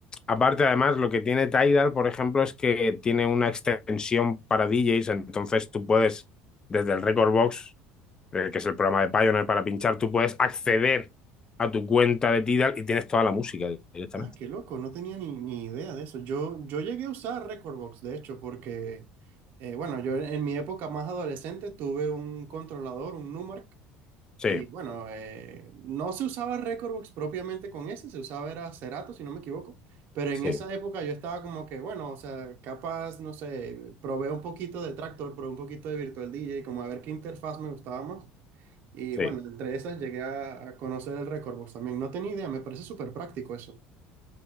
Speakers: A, on the left; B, on the right.
A: Aparte, además, lo que tiene Tidal, por ejemplo, es que tiene una extensión para DJs, entonces tú puedes, desde el Record Box, eh, que es el programa de Pioneer para pinchar, tú puedes acceder a tu cuenta de Tidal y tienes toda la música directamente.
B: Ah, qué loco, no tenía ni, ni idea de eso. Yo, yo llegué a usar Recordbox, de hecho, porque, eh, bueno, yo en mi época más adolescente tuve un controlador, un Numark
A: Sí,
B: Y bueno, eh, no se usaba Recordbox propiamente con ese, se usaba era Cerato, si no me equivoco. Pero en
A: sí,
B: esa época yo estaba como que, bueno, o sea, capaz, no sé, probé un poquito de Tractor, probé un poquito de Virtual DJ, como a ver qué interfaz me gustaba más. Y
A: sí.
B: bueno, entre esas llegué a a conocer el Recordbox también. No tenía idea, me parece súper práctico eso.